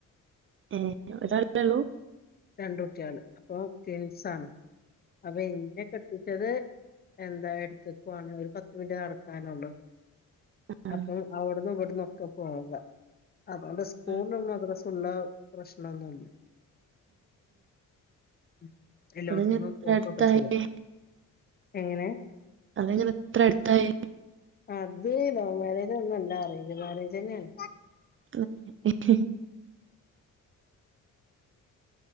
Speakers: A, on the right; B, on the left.
A: ഏഹ് ഒരാളേ ള്ളൂ.
B: രണ്ട് കുട്ട്യാള്, അപ്പൊ ട്വിൻസാണ്. അപ്പൊ ഇന്നെ കെട്ടിച്ചത് എന്താ എട്ത്തുക്കുവാണ് ഒരു പത്ത് മിനിറ്റ് നടക്കാനൊള്ളു.
A: ആഹ്
B: അപ്പൊ അവിടന്നും ഇവട്ന്നും ഒക്കെ പോകാ. അതോണ്ട് സ്കൂൾനും
A: ആഹ്
B: മദ്രസും ഉള്ള പ്രശ്നൊന്നുല്ല. ഉം എല്ലോട്ത്തുന്നും
A: അതെങ്ങനെ ഇത്ര
B: പോകൊക്കെ
A: അടുത്തായേ
B: ചെയ്യാ. എങ്ങനെ?
A: അതെങ്ങനെ ഇത്ര അടുത്തായെ?
B: അത് ലവ് മാരേജ് ഒന്നും അല്ല. അറേഞ്ച് മാരേജന്നേണ്.
A: <unintelligible>